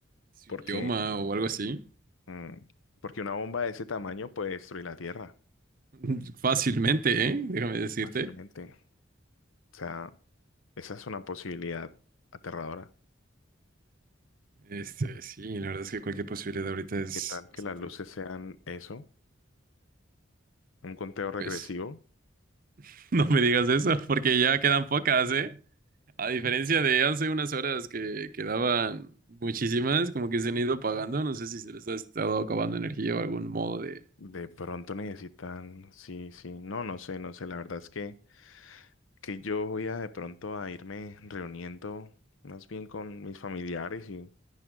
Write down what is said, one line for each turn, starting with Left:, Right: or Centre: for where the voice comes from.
Right: su
Left: Porque,
Right: idioma o algo así.
Left: mm, porque una bomba de ese tamaño puede destruir la Tierra
Right: <laughs> Fácilmente, ¿eh? Déjame decirte.
Left: fácilmente. O sea, esa es una posibilidad aterradora.
Right: Este, sí, la verdad es que cualquier posibilidad ahorita es
Left: ¿Qué tal
Right: bastante,
Left: que las luces sean eso? Un conteo regresivo.
Right: pues. <laughs> No me digas eso, porque ya quedan pocas, ¿eh? A diferencia de hace unas horas que quedaban muchísimas, como que se han ido pagando. No sé si se les ha estado acabando energía o algún modo de...
Left: De pronto necesitan, sí, sí, no, no sé, no sé, la verdad es que, que yo voy a de pronto a irme reuniendo más bien con mis familiares y,